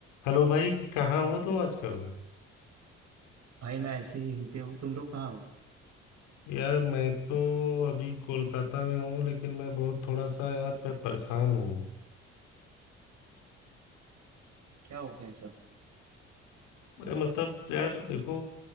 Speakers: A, on the left (about 80°); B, on the right (about 55°).
A: हेलो भाई कहाँ हो तुम आजकल
B: भाई मैं ऐसे ही यहीं पे हूँ तुम लोग कहाँ हो
A: यार मैं तो अभी कोलकाता में हूँ लेकिन मैं बहुत थोड़ा सा यार मैं परेशान हूँ
B: क्या हो गया ऐसा
A: मैं मतलब यार देखो